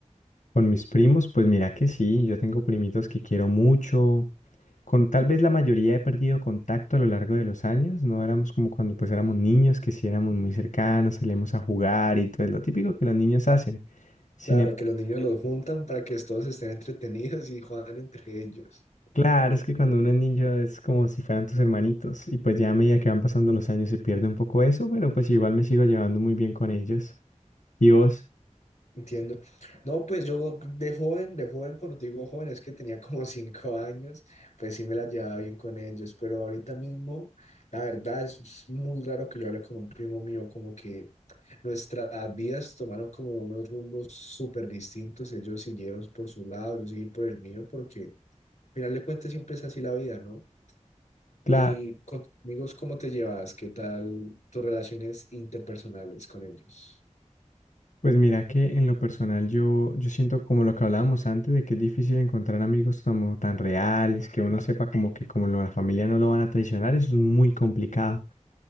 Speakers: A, on the left; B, on the left.
A: Con mis primos, pues mira que sí, yo tengo primitos que quiero mucho, Con tal vez la mayoría he perdido contacto a lo largo de los años, no éramos como cuando pues éramos niños, que sí éramos muy cercanos, salíamos a jugar y todo es lo típico que los niños hacen. Sin
B: Claro,
A: em-
B: que los niños los juntan para que todos estén entretenidos y juegan entre ellos.
A: claro, es que cuando uno es niño es como si fueran tus hermanitos y pues ya a medida que van pasando los años se pierde un poco eso, pero pues igual me sigo llevando muy bien con ellos. ¿Y vos?
B: Entiendo. No, pues yo de joven, de joven, cuando te digo joven, es que tenía como <laughs> cinco años, pues sí me la llevaba bien con ellos, pero ahorita mismo, la verdad es muy raro que yo hable con un primo mío, como que Nuestras vidas tomaron como unos rumbos súper distintos. Ellos siguieron por su lado, yo seguí por el mío, porque al final de cuentas siempre es así la vida, ¿no?
A: Claro.
B: Y con tus amigos, ¿cómo te llevas? ¿Qué tal tus relaciones interpersonales con ellos?
A: Pues mira que en lo personal yo, yo siento como lo que hablábamos antes de que es difícil encontrar amigos como tan reales, que uno sepa como que como la familia no lo van a traicionar, eso es muy complicado.